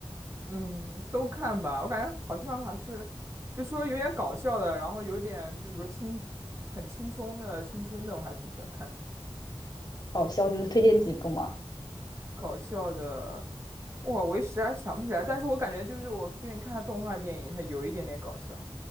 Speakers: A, on the right; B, on the left.
A: 嗯，都看吧，我感觉好像还是，就说有点搞笑的，然后有点就比如轻，很轻松的青春的，我还挺喜欢看的。
B: 搞笑，你能推荐几部吗？
A: 搞笑的，哇，我一时还想不起来，但是我感觉就是我最近看的动画电影，它有一点点搞笑，